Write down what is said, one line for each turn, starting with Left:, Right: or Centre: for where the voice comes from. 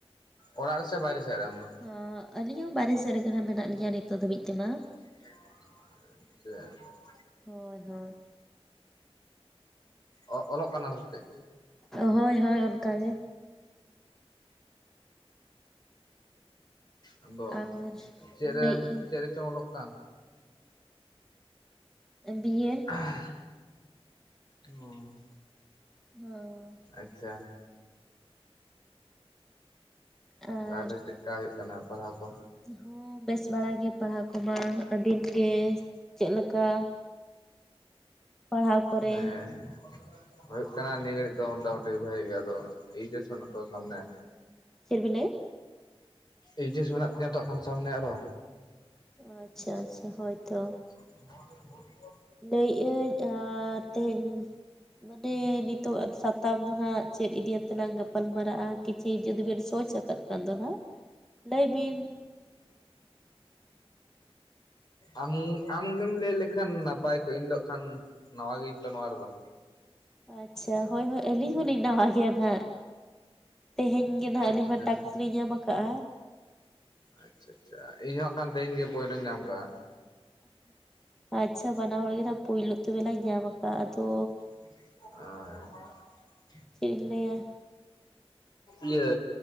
Left: ᱚᱲᱟᱜ ᱨᱮᱥᱮ ᱵᱟᱭᱨᱮ ᱥᱮᱫ ᱨᱮ ᱟᱢ ᱫᱚ
Centre: ᱚᱸ ᱟᱹᱞᱤᱧ ᱦᱚᱸ ᱵᱟᱨᱦᱮ ᱥᱮᱫ ᱨᱮᱜᱮ ᱱᱷᱟᱜ ᱢᱮᱱᱟᱜ ᱞᱤᱧᱟᱹ ᱱᱤᱛᱚᱜ ᱫᱷᱟᱹᱵᱤᱡ ᱛᱮᱢᱟ
Left: ᱟ ᱪᱮᱫ <unintelligible>
Centre: ᱦᱳᱭ ᱦᱳᱭ
Left: ᱟ <unintelligible> ᱚᱜ ᱚᱞᱚᱜ ᱠᱟᱱᱟᱢ ᱥᱮ ᱪᱮᱫ
Centre: ᱦᱳᱭ ᱦᱳᱭ ᱚᱱᱠᱟ ᱜᱮ
Left: ᱟᱪᱪᱷᱟ ᱟᱫᱚ
Centre: ᱟᱨ
Left: ᱪᱮᱫ
Centre: ᱞᱟᱹᱭᱮᱜ
Left: ᱨᱮᱢ ᱪᱮᱫ ᱨᱮᱪᱚᱢ ᱚᱞᱚᱜ ᱠᱟᱱ
Centre: ᱵᱤ ᱮ
Left: ᱟᱦ ᱚ
Centre: ᱦᱚᱸ
Left: ᱟᱪᱪᱷᱟ
Centre: ᱟᱨ
Left: ᱛᱟᱦᱚᱞᱮ ᱪᱮᱫᱠᱟ ᱦᱩᱭᱩᱜ ᱠᱟᱱᱟ ᱯᱟᱲᱦᱟᱣ ᱠᱚ
Centre: ᱦᱚᱸ ᱵᱮᱥ ᱵᱟᱲᱟᱜᱮ ᱯᱟᱲᱦᱟᱣ ᱠᱚᱢᱟ ᱟᱹᱵᱤᱱ ᱜᱮ ᱪᱮᱫ ᱞᱮᱠᱟ ᱯᱟᱲᱦᱟᱣ ᱠᱚᱨᱮ
Left: ᱦᱮᱸ <unintelligible> ᱦᱩᱭᱩᱜ ᱠᱟᱱᱟ ᱱᱤᱭᱟᱹ ᱜᱷᱟᱹᱲᱤᱡ ᱫᱚ ᱢᱚᱴᱟ ᱢᱩᱴᱤ ᱵᱷᱟᱹᱜᱤ ᱜᱮᱭᱟ ᱟᱫᱚ ᱮᱭᱪ ᱮᱥ ᱠᱟᱱᱟ ᱛᱚ ᱥᱟᱢᱱᱮ
Centre: ᱪᱮᱫ ᱵᱤᱱ ᱞᱟᱹᱭᱼᱟ
Left: ᱮᱭᱪ ᱮᱥ ᱢᱮᱱᱟᱜ ᱛᱤᱧᱟᱹ ᱛᱚ ᱠᱷᱟᱱ ᱥᱟᱢᱱᱮ ᱟᱨᱚ
Centre: ᱚ ᱟᱪᱪᱷᱟ ᱟᱪᱪᱷᱟ ᱦᱳᱭᱛᱚ
Left: <unintelligible>
Centre: ᱞᱟᱹᱭ ᱟᱹᱧ ᱟᱨ ᱛᱮᱦᱮᱹᱧ ᱢᱟᱱᱮ ᱱᱤᱛ ᱛᱚᱜ ᱥᱟᱛᱟᱢ ᱫᱚ ᱱᱷᱟᱜ ᱪᱮᱫ ᱤᱫᱤ ᱭᱟᱛᱮᱞᱟᱝ ᱜᱟᱯᱟᱞ ᱢᱟᱨᱟᱜᱼᱟ ᱠᱤᱪᱷᱤ ᱡᱩᱫᱤ ᱵᱤᱱ ᱥᱚᱪ ᱟᱠᱟᱫ ᱠᱷᱟᱱ ᱫᱚ ᱱᱷᱟᱜ ᱞᱟᱹᱭ ᱵᱤᱱ <unintelligible>
Left: ᱟᱢ ᱟᱢ ᱜᱮᱢ ᱞᱟᱹᱭ ᱞᱮᱠᱷᱟᱱ ᱱᱟᱯᱟᱭ ᱠᱚᱜᱼᱟ ᱤᱧ ᱫᱚ ᱦᱟᱸᱜ ᱠᱷᱟᱱ ᱱᱟᱣᱟ ᱜᱤᱭᱟᱹᱧ ᱛᱚ ᱱᱚᱣᱟ ᱨᱮᱫᱚ
Centre: ᱟᱪᱪᱷᱟ ᱦᱳᱭ ᱦᱳᱭ ᱟᱹᱞᱤᱧ ᱦᱚᱸᱞᱤᱧ ᱱᱟᱣᱟ ᱜᱮᱭᱟ ᱱᱷᱟᱜ ᱛᱮᱦᱮᱹᱧ ᱜᱮ ᱱᱷᱟᱜ ᱟᱹᱞᱤᱧ
Left: ᱟᱪᱪᱷᱟ
Centre: ᱢᱟ ᱴᱟᱠᱥ ᱞᱤᱧ ᱧᱟᱢ ᱟᱠᱟᱜᱼᱟ
Left: ᱟᱪᱪᱷᱟ ᱟᱪᱪᱷᱟ ᱤᱧ ᱦᱚᱸ ᱟᱜ ᱠᱷᱟᱱ ᱛᱮᱦᱮᱧ ᱜᱮ ᱯᱳᱭᱞᱳᱧ ᱧᱟᱢ ᱟᱠᱟᱜᱼᱟ
Centre: ᱟᱸ ᱟᱪᱪᱷᱟ ᱵᱟᱱᱟ ᱦᱚᱲ ᱜᱮ ᱱᱷᱟᱜ ᱯᱳᱭᱞᱳ ᱛᱚᱵᱮ ᱞᱟᱝ ᱧᱟᱢ ᱟᱠᱟᱫᱼᱟ ᱟᱫᱚ
Left: ᱦᱚᱭ <unintelligible>
Centre: ᱪᱮᱫ ᱤᱧ ᱞᱟᱹᱭᱟ
Left: ᱤᱭᱟᱹ